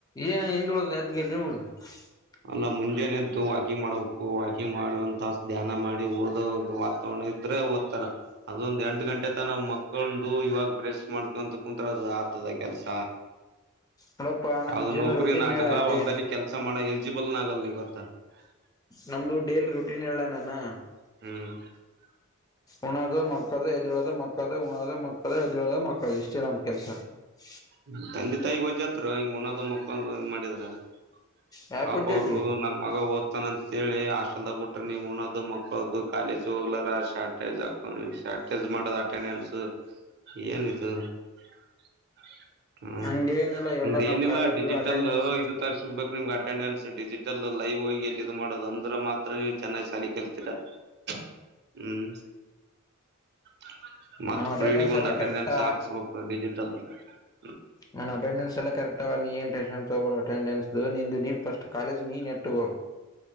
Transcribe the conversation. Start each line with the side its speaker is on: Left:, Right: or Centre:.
Left: ಏನ್, ಹಿಂದುಳುದು, ಯಕ್ನಿರುನವುಧು. <unintelligible>
Right: ಅಲ್ಲ, ಮುಂಜೆನೆ ಎದ್ದು! ವಾಕಿಂಗ್ ಮಾಡಬೇಕು ವಾಕಿಂಗ್, ಮಾಡಿ, ಒಂದುತ್ತಶು, ಧ್ಯಾನ, ಮಾಡಿ, ಓದೋ ವಾತಾವರಣ ಇದ್ದು. <unintelligible> <unintelligible> ಅದೇ, ಓದ್ತಾರ, ಅದೊಂದ, ಎಂಟು, ಗಂಟೆ, ತನಕ, ಮೊಕೊಂಡು, ಇವಾಗ, ಬ್ರೆಶ್ ಮಾಡ್ಕೊಂತ, ಕುಣುತ್ತಾರೆ, ಅದು, ಆತದ. <unintelligible> ಅದೇ, ಕೆಲ್ಸ,
Left: ನೋಡಪ್ಪಾ ನಮ್
Right: ಯಾವ್ದು,
Left: ಜೀವನ
Right: ನಾವ್ಕೈನೂ
Left: ರೊಟೀನ್
Right: ಆಗಲ್ಲ,
Left: ಹೇಳ ಡೇ
Right: ಹೊಲ್ದಲ್ಲಿ ಕೆಲ್ಸ ಮಾಡೋ! <unintelligible> ತ್ರಿಬಲ್ ನಾಗರಳ್ಳಿ ಗೊತ್ತಾ? <unintelligible>
Left: ನಮ್ದು, ದುಡ್ಡು, ಡೈಲಿರೋಟಿನ್, ಎಲ್ಲಾ, ನಾನು. <unintelligible>
Right: ಹ್ಮ್. <unintelligible>
Left: ಉಣದು, ಮಕ್ಕದು, ಎದ್ದಳೋದು, ಮಕ್ಕದು, ಉಣದು, ಮಕ್ಕದು, ಎದ್ದಳೋದು, ಮಾಕೋಧು, ಇಷ್ಟೇ, ನಾನು, ಕೆಲ್ಸ. <unintelligible>
Right: ನಿಮ್, ತಂದೆ, ತಾಯಿ, ಗೊಥುವಾಗುತುರೋ, ಹಿಂಗು, ಉಣದು, ಮುಕ್ಕೋಧು, ಮಾಡಿದ್ರೆ. <unintelligible>
Left: ಯಾಕ
Right: ಪಾಪ,
Left: ಉಜ್ಜೈತಿ
Right: ಅವರು, ನನ್ ಮಗ ಓದ್ತಾನಂತ? <inaudible> ಕೇಳಿ, ಹಾಸ್ಟೆಲ್ನಗಬಿಟ್ರೆ, ನೀವು, ಉನೋಧು, ಮುಕ್ಕೊಲೋಧು, ಕಾಲೇಜ್ ಹೋಗಲಾರ, ಸಾಲುಟೇಜ್, ಹಾಕೊಂಡು, ಸಾಲುಟೇಜ್. <inaudible> ಇಧುಮಾಡೋದು, ಅಟೆಂಡನ್ಸ್, ಏನ್, ಇದು. <unintelligible> ಹ್ಮ,
Left: ಹಂಗೇನಿಲ್ಲ
Right: ನಿಮ್ದ,
Left: ಎಲ್ಲಾ ನಾವ್
Right: ಏನಿಲ್ಲಾ
Left: ಕಾಲೇಜು
Right: ಡಿಜಿಟಲ್
Left: ಅಟೆಂಡೆನ್ಸ್
Right: ಇದು ತರಿಸಗ್ಬೇಕು, ನಿಮ್ಗ, ಅ. <inaudible> ಅಟೆಂಡೆನ್ಸ್, ಡಿಜಿಟಲ್, ಲೈವ್, ಹೋಗಿ! ಎಲಿಯೋಗಿ, ಮಾಡೋದು! ಅಂದ್ರೆ, ಮಾತ್ರ ನೀವು ಚೆನ್ನಾಗಿ, ಸಾಲ, ಕೇಳುತ್ತೀರಾ. <inaudible> ಹ್ಮ್. <unintelligible> ಮತ್,
Left: ನಮ್
Right: ತ್
Left: ಅಟೆಂಡೆನ್ಸ್
Right: ಪ್ರ್ರೀಡಗ್, ಒಂದು,
Left: ಎಲ್ಲಾ
Right: ಅಟೆಂಡೆನ್ಸ್
Left: ಕರೆಕ್ಟ್
Right: ಹಾಕ್ಸ್ಬೇಕು, ಡಿಜಿಟಲ್. <unintelligible>
Left: ನಾನು, ಅಟೆಂಡೆನ್ಸ್, ಎಲ್ಲ ಕರೆಕ್ಟ್, ನೀನ್, ಟೆನ್ನ್ ತಗೋ, ಅಟೆಂಡೆನ್ಸ್, ನೀನು. <inaudible> ಸ್ಷ್ಟ ಕಾಲಜ ನೀ ನೆಟ್ಟು ಬೋಗ